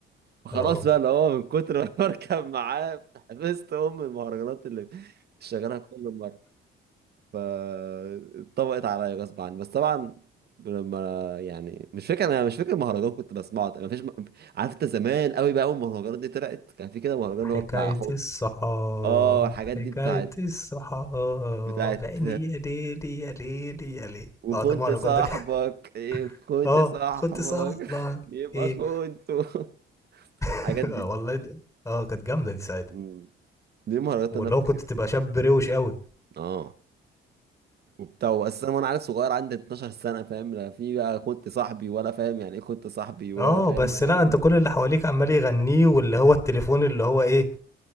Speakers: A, on the right; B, on the left.
A: فخلاص
B: اه
A: بقى اللي هو من كتر ما <laughs> بركب معاه حفظت ام المهرجانات اللي شغالها كل مره فاتطبقت عليا غصب عني بس طبعا لما يعني مش فاكر انا مش فاكر المهرجان كنت بسمعه ما فيش عارف انت زمان قوي بقى اول ما المهرجانات دي طلعت كان في كده مهرجان
B: حكاية
A: اللي هو بتاع خو...
B: الصحاب
A: اه الحاجات
B: حكاية
A: دي بتاعت
B: الصحاب
A: بتاعت
B: عيني يا ليلي يا ليلي يا ليلي
A: وكنت
B: اه ده مهرجان
A: صاحبك
B: ده كان
A: إيه، كنت
B: <laughs> اه
A: صاحبك
B: كنت صاحبك
A: <laughs> يبقى
B: ايه
A: كنت <laughs>
B: <laughs>
A: الحاجات دي
B: آه والله دي- اه كانت جامدة دي ساعتها
A: مم. دي المهرجانات
B: واللي
A: اللي انا
B: هو
A: افتكرها
B: كنت تبقى شاب روش قوي
A: اه وبتاع بس انا وانا عيل صغير عندي 12 سنه فاهم لا في بقى كنت صاحبي ولا فاهم يعني ايه كنت صاحبي ولا
B: اه
A: فاهم
B: بس
A: يعني
B: لا
A: ايه
B: انت كل
A: مخدرات
B: اللي حواليك عمال يغنيه واللي هو التليفون اللي هو ايه